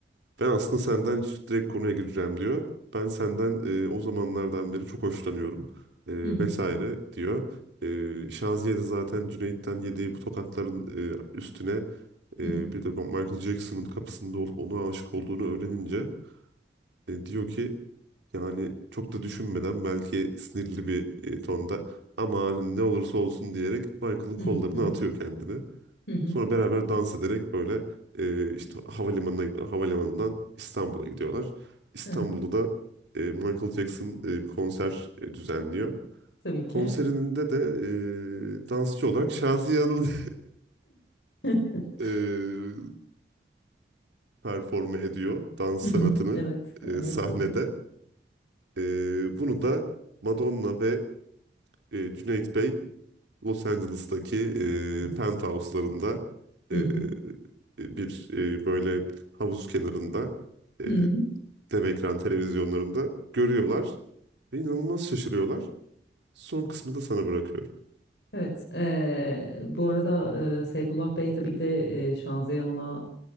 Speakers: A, on the right; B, on the left.
A: ben aslında senden şu- direkt konuya gireceğim diyor. Ben senden e, o zamanlardan beri çok hoşlanıyorum e,
B: Hı hı
A: vesaire
B: hı
A: diyor. E, Şaziye de zaten Cüneyt'ten yediği bu tokatların e, üstüne e,
B: hı hı
A: bir de Michael Jackson'ın kapısında olup ona aşık olduğunu öğrenince e, diyor ki yani çok da düşünmeden belki sinirli bir e, tonda aman ne olursa olsun diyerek Michael'ın kollarına
B: hı hı
A: atıyor kendini.
B: hı hı hı.
A: Sonra beraber dans ederek böyle e, işte havalimanına giden- havalimanından İstanbul'a gidiyorlar. İstanbul'da
B: Aha,
A: da e, Michael Jackson e, bir konser e, düzenliyor.
B: Tabii ki.
A: Konserinde de e, dansçı olarak Şaziye Hanım
B: <laughs>
A: <laughs> e, performe ediyor dans sanatını
B: Hı hı. Evet,
A: e,
B: evet,
A: sahnede.
B: evet,
A: E, bunu da Madonna ve e, Cüneyt Bey Los Angeles'taki
B: evet.
A: e, penthouse'larında
B: Hı
A: e,
B: hı.
A: bir e, böyle havuz kenarında e,
B: Hı hı.
A: dev ekran televizyonlarında görüyorlar ve inanılmaz şaşırıyorlar. Son kısmı da sana bırakıyorum.
B: Evet. eee, bu arada eee, Seyfullah Bey tabii ki de eee, Şanziye Hanım'a